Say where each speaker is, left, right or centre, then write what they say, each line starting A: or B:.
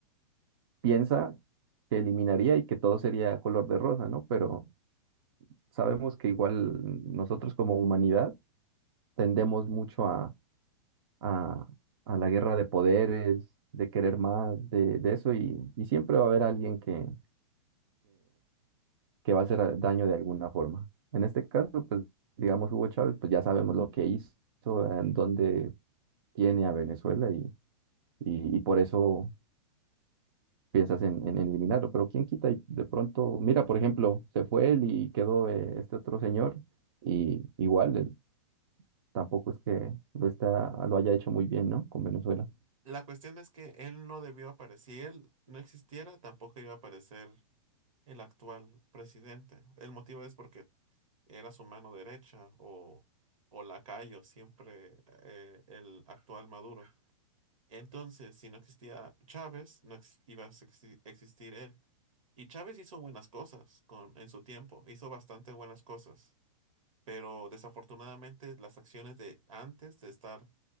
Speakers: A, on the right; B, on the right.
A: piensa que eliminaría y que todo sería color de rosa, ¿no? Pero sabemos que igual nosotros como humanidad tendemos mucho a, a, a la guerra de poderes, de querer más, de, de eso, y, y siempre va a haber alguien que, que va a hacer a- daño de alguna forma. En este caso, pues digamos Hugo Chávez, pues ya sabemos lo que hizo, en dónde tiene a Venezuela y, y, y por eso piensas en, en eliminarlo. Pero quién quita y de pronto, mira, por ejemplo, se fue él y quedó eh, este otro señor y igual él tampoco es que lo está, lo haya hecho muy bien, ¿no? Con Venezuela.
B: La cuestión es que él no debió aparecer, si él no existiera, tampoco iba a aparecer el actual presidente. El motivo es porque era su mano derecha o, o lacayo, siempre eh, el actual Maduro. Entonces, si no existía Chávez, no ex- iba a exi- existir él. Y Chávez hizo buenas cosas con, en su tiempo, hizo bastante buenas cosas, pero desafortunadamente las acciones de antes de estar